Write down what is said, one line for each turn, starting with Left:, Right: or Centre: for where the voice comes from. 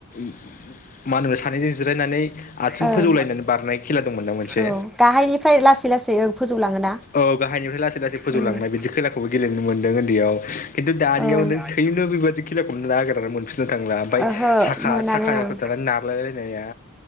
Left: <unintelligible> मा होनोमोन सानैजों जिरायनानै आथिं
Centre: ओं
Left: फोजौलायनानै बारनाय खेला दंमोन ना मोनसे,
Centre: औ गाहायनिफ्राय लासै लासै ओं फोजौलाङोना
Left: औ गाहायनिफ्राय लासै लासै फोजौलांनाय
Centre: उम
Left: बिदि खेलाखौबो खेलाखौबो गेलेनो मोन ओनदैआव खिन्थु दानियाव
Centre: ओं
Left: नों थोयनो बेबादि खेलाखौनो नागेरना मोनफि <unintelligible> दांलाबाय
Centre: ओहो
Left: साखा।
Centre: मोनानो
Left: साखा <unintelligible>
Centre: ओं
Left: नानै नारलाय लायनाया,